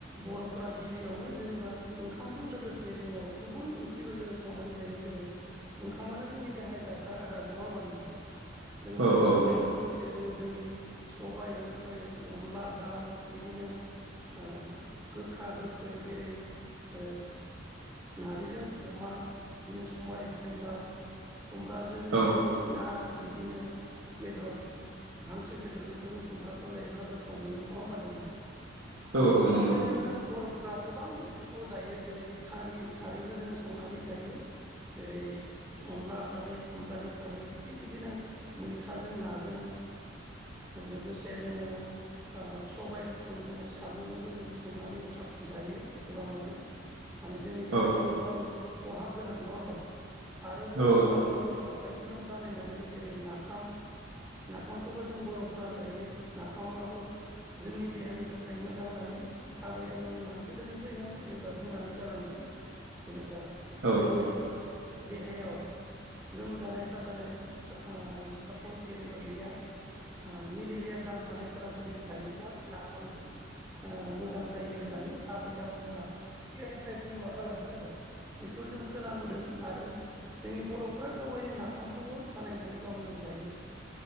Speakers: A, on the right; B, on the right.
A: बर'फोरा गिबियावनो जेनेबा ओंखामजों लोगोसे जोङो गुबुन ओंख्रिबो जों संनानै जायो जेरै ओंखामानो जोंनि गाहाय जाग्रा आदार नङा होमबा नोंथां? जोङो
B: औ
A: ओंखामजों
B: औ
A: लोगोसे । जोङो जोंनि सबाय ओंख्रि अनला दाउ बिदिनो ओ गोखा गोखै जेरै ओ नारजिजों अमा बिदिनो समबाय जों दाउ खुमब्राजों
B: औ
A: ना बिदिनो बेदर हांसो बेदरजोंबो जों खुमब्राखौ जायोब्ला गोथाव मोनो नङा होमबा नोंथां
B: <inaudible>
A: थिग बिदिनो
B: नंगौ
A: जोङो बर'फ्रा गोबां ओंख्रिखौ जायो जेरै खारै खारैबो जोङो संनानै जायो । जेरै अनला खारै खुमब्रानि खारै थिग बिदिनो मैथाजों नाजों
B: <inaudible>
A: लोगोसे जोङो ओ सबायखौ जोङो साम'जोंबो जोङो संनानै गोथाव जायो गोबाङानो माने जोंनि थाखायथ'
B: औ
A: गोबां खहाब गोनां नङा होमबा आरो बर'फ्रा
B: औ
A: गावनो आ आखाइजोंनो बानायनानै जेरै नाफाम नाफामखौबो जों बर'फोरा जायो नाफामाबो जोंनि देहानि थाखाय मोजां होननानै आबै आबौमोनहा गोदोनिफ्रायनो जेनेबा बुंनानै गालांदों जेनेबा
B: औ
A: सोरनियाबा देहायाव लोमजानाय साजानाय ओ सापस जेनेबा बिया ओ मेलेरिया जाम थानायफोरा जुदि जायोब्ला नाफामजों ओ मोजां जायो होननानै आबै आबौमोनहा सिगांनिफ्राय बुंला जालांदों आरो बेखौ खौ जों खोनाबोदों आरो जोंनि बर'फ्रा गाव गावनो नाफामखौबो बानायनानै गावनो जायो ।